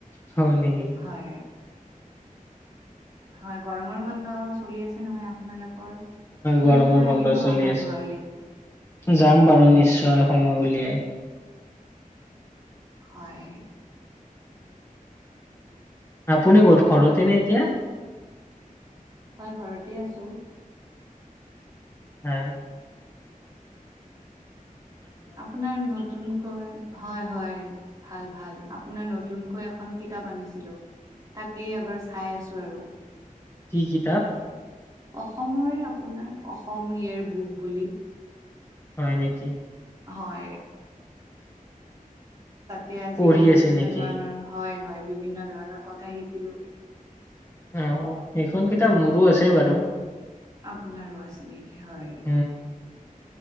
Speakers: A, on the left; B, on the right.
A: হয় নেকি?
B: হয়। হয় গৰমৰ বন্ধ চলি আছে নহয় আপোনালোকৰ? ফুৰিবলৈ
A: গৰমৰ বন্ধ
B: আহিব
A: চলি
B: আমাৰ
A: আছে।
B: ঘৰলে।
A: যাম বাৰু নিশ্চয়
B: হয় হয়
A: সময় উলিয়াই।
B: হয়।
A: আপুনি ক'ত ঘৰতেনে এতিয়া?
B: হয় ঘৰতে আছোঁ।
A: হয়।
B: আপোনাৰ ন নতুনকৈ, হয় হয়, ভাল ভাল। আপোনাৰ নতুনকৈ এখন কিতাপ আনিছিলোঁ। তাকেই এবাৰ চাই আছো আৰু।
A: কি কিতাপ?
B: অসমৰে আপোনাৰ অসম ইয়েৰ বুক বুলি।
A: হয় নেকি?
B: হয়। তাতে আজি
A: পঢ়ি
B: বিভিন্ন
A: আছে নেকি
B: ধৰণৰ হয় হয়, বিভিন্ন ধৰণৰ কথা শিকিলোঁ।
A: অ অ, সেইখন কিতাপ মোৰো আছে বাৰু।
B: আপোনাৰো আছে নেকি? হয়।
A: উ